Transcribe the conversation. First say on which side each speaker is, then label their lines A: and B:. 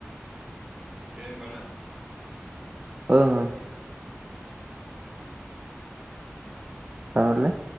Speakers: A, on the right (about 15°); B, on the right (about 35°).
A: दे होमबाना।
B: ओं ओं।
A: औ।
B: दानहरलाय।